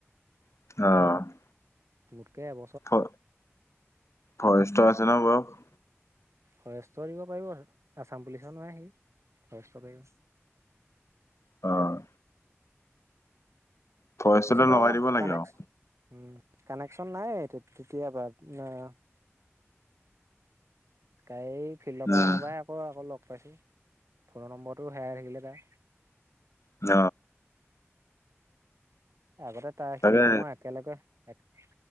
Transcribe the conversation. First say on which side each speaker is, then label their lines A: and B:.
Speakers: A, on the left (about 75°); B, on the right (about 75°).
A: অ
B: মোটকে এব
A: ফ ফৰেষ্টৰ আছে ন বয়খ
B: ফৰেষ্ট দিব পাৰিব আছাম পুলিচৰ নোৱাই সি ফৰেষ্ট পাৰিব
A: অঁ ফৰেষ্টতে
B: পিছত
A: লগাই
B: আৱ
A: দিব লাগে
B: কানেক্স
A: আৰু
B: উম কানেকশ্যন নাই তেতিয়াবা নাই আও কাই ফিল্ডৰ
A: উম
B: পৰা অহাৰ পৰাই আকৌ আকৌ লগ পাইছোঁ ফোনৰ নম্বৰটো হেৰাই থাকিলে তা
A: ন
B: আগতে তাৰ সিয়ে
A: তাকে
B: মই একেলগে এক